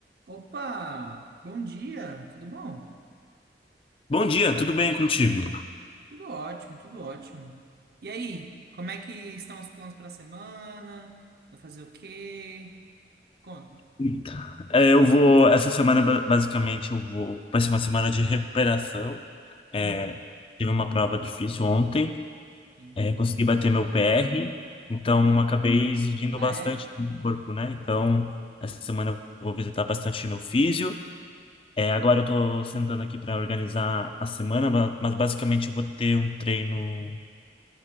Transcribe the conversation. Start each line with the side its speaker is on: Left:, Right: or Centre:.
Right: Opa, bom dia, tudo bom?
Left: Bom dia, tudo bem contigo?
Right: Tudo ótimo, tudo ótimo. E aí, como é que estão os planos para a semana? Vai fazer o quê? Conta.
Left: Então, é, eu vou, essa semana ba- basicamente eu vou, vai ser uma semana de recuperação. É,
Right: Uhum,
Left: tive uma prova difícil ontem,
Right: sim.
Left: é, consegui bater meu PR, então acabei exigindo
Right: Ah,
Left: bastante
Right: é?
Left: do corpo, né? Então, essa semana eu vou visitar bastante meu físio. É, agora eu tô sentando aqui para organizar a semana, ba- mas basicamente eu vou ter um treino.